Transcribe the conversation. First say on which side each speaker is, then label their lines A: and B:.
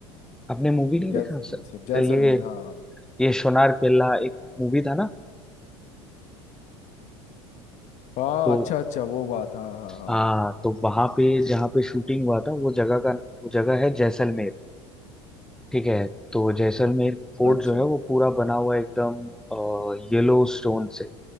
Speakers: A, in the centre; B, on the left (about 50°).
A: आपने मूवी नहीं
B: जैसलमेर
A: देखा सर
B: से- जैसलमेर
A: ये
B: हाँ हाँ हाँ।
A: ये सोनार केला एक मूवी था ना
B: हाँ,
A: तो
B: अच्छा अच्छा वो बात हाँ हाँ हाँ
A: आ, तो वहां पे जहाँ पे शूटिंग हुआ था वो जगह का वो जगह है जैसलमेर ठीक है तो जैसलमेर फोर्ट
B: हाँ। अच्छा
A: जो है वो पूरा बना हुआ है एकदम येलो स्टोन से